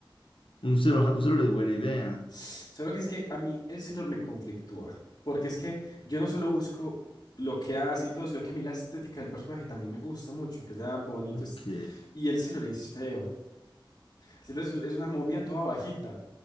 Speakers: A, on the left; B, on the left.
A: Un celular, un celular es buena idea.
B: Solo que es que a mí el Celor me conflictúa. Porque es que yo no solo busco lo que hace y todo, sino que a mí la estética del personaje también me gusta mucho, que sea bonito.
A: Ok.
B: es- Y el Celor es feo. El Celor es, es una momia toda bajita.